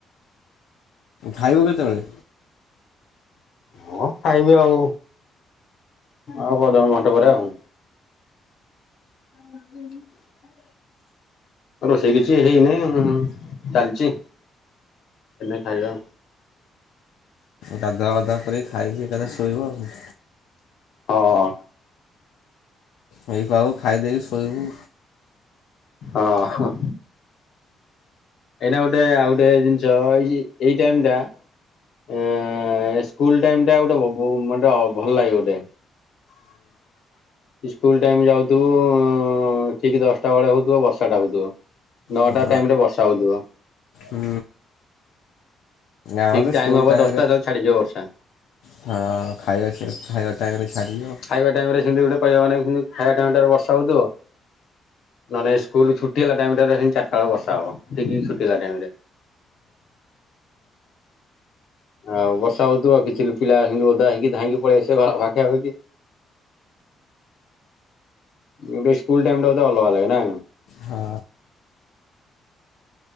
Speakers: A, on the left; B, on the left.
A: ଖାଇବ କେତେ ବେଳେ?
B: ହଁ ଖାଇବି ଆଉ ଆଉ ଅଧ ଘଣ୍ଟା ଘଣ୍ଟାପରେ ଆଉ <unintelligible> ରୋଷେଇ କିଛି ହେଇନେଇଁ ଉଁ ଚାଲଚି ଏନେ ଖାଇବା।
A: ଗାଧୁଆ ପାଧୁଆ ଖାଇକି ଏକାଥରେ ଶୋଇବ ଆଉ
B: ହଁ।
A: ହେଏଇପା ଆଉ ଖାଇଦେଇ କି ଶୋଇବୁ।
B: ହ ହଁ। ଏଇନା ଗୋଟେ ଆଉ ଗୋଟେ ଜିନଷ ଏଇଚି ଏଇ ଟାଇମ୍ ଟା ଏ-ଏସ୍କୁଲ ଟାଇମି ଟା ଗୋଟେ ବୋ ମୋଟ ଭଲ୍ ଲାଗେ ମତେ। ଇସ୍କୁଲ ଟାଇମ୍ ଯାଉଥିବୁ ଉଁ ଠିକ୍ ଦଶଟା ବେଳେ ହଉଥିବ ବର୍ଷାଟା ହୋଉଥୁବ ନଅଟା
A: ହଁ
B: ଟାଇମ୍ ରେ ବର୍ଷା ହୋଉଥୁବ।
A: ହୁଁ। ଆମର
B: ଠିକ୍
A: ତ
B: ଟାଇମ
A: ସ୍କୁଲ
B: ହବ
A: ଟାଇମରେ
B: ଦଶଟା ହେତ ବେଳେ ଛାଡିଯିବ ବର୍ଷା।
A: ହଁ ଖାଇବା ଛା ଖାଇବା ଟାଇମରେ ଛାଡି ଯିବ।
B: ଖାଇବା ଟାଇମ ରେ ସେମିତି ଗୋଟେ କହିବା ମାନେ ଖାଇବା ଟାଇମ୍ ଟାରେ ବର୍ଷା ହୋଉଥିବ। ନହନେ ସ୍କୁଲ ଛୁଟି ହେଲା ଟାଇମ ଟାରେ ହିଁ ଚାର୍ଟାଆଳକୁ ବର୍ଷା ହବ। ଠିକି ଛୁଟି ହେଲା ଟାଇମି ରେ ଆଉ ବର୍ଷା ହଉଥିୁବ କିଛି ପିଲା ଆସି କି ଓଦା ହେଇକି ଧାଇଁକି ପଳି ଆସିବେ ଘର ପାଖିଆ ପାଖି। ଏବେ ସ୍କୁଲ୍ ଟାଇମି ଟା ବୋଧେ ଅଲଗା ଲାଗେ ନା?
A: ହଁ